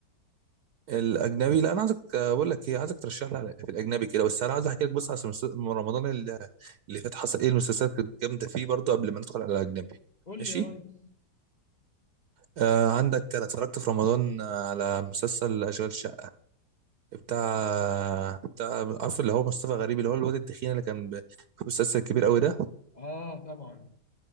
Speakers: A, on the right; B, on the left.
A: الاجنبي لا انا عايزك بقول لك ايه عايزك ترشح لي على- في الاجنبي كده بس انا عايز احكي لك بس على سمس- من رمضان اللي اللي فات حصل ايه المسلسلات كانت جامده فيه برضو قبل ما ندخل على الاجنبي
B: قول
A: ماشي
B: لي يا ريس
A: آه عندك انا اتفرجت في رمضان آه، على مسلسل اشغال شقه بتاع بتاع عارف اللي هو مصطفى غريب اللي هو الواد الدخين اللي كان ب- في مسلسل كبير قوي ده
B: اه طبعا